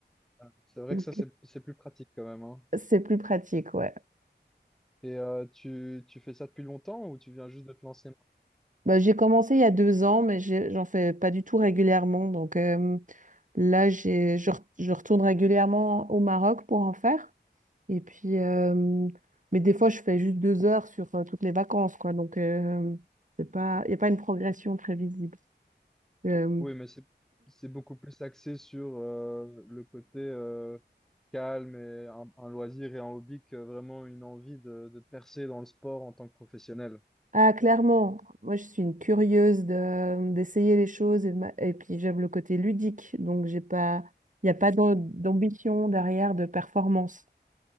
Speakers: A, in the centre; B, on the right.
A: Euh, C'est vrai
B: Donc,
A: que ça, c'est c'est plus pratique quand même, hein.
B: C'est plus pratique, ouais.
A: Et euh, tu, tu fais ça depuis longtemps ou tu viens juste de te lancer? maintenant
B: Ben, j'ai commencé il y a deux ans, mais j'ai- j'en fais pas du tout régulièrement. Donc euh, là, j'ai, je, re- je retourne régulièrement au Maroc pour en faire. Et puis, euh, mais des fois, je fais juste deux heures sur euh, toutes les vacances, quoi. Donc, euh, c'est pas, il n'y a pas une progression très visible. Euh,
A: Oui, mais c'est c'est beaucoup plus axé sur euh, le côté euh, calme et un, un loisir et un hobby que vraiment une envie de, de percer dans le sport en tant que professionnel.
B: Ah, clairement, moi je suis une curieuse de, d'essayer les choses et, de ma- et puis j'aime le côté ludique, donc j'ai pas, il n'y a pas d'am- d'ambition derrière de performance.